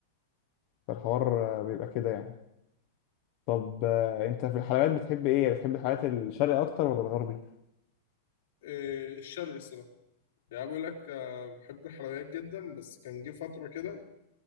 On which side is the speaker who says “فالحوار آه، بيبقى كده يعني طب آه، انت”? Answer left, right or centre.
Left